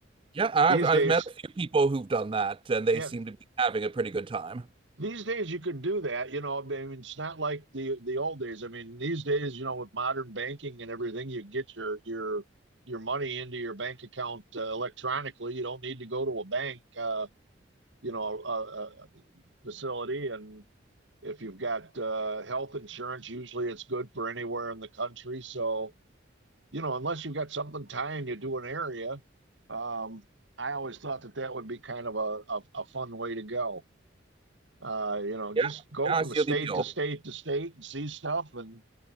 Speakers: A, on the right; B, on the right.
A: Yeah, I've
B: these
A: I've
B: days
A: met a few people who've done that, and they
B: yeah
A: seem to be having a pretty good time.
B: These days you could do that, you know. I mean, it's not like the the old days. I mean, these days, you know, with modern banking and everything, you get your your your money into your bank account uh, electronically. You don't need to go to a bank, uh, you know, a, a facility. And if you've got uh, health insurance, usually it's good for anywhere in the country. So, you know, unless you've got something tying you to an area, um, I always thought that that would be kind of a, a, a fun way to go uh, you know, just
A: Yeah,
B: go
A: yeah,
B: from
A: I see
B: state
A: the appeal.
B: to state to state and see stuff. And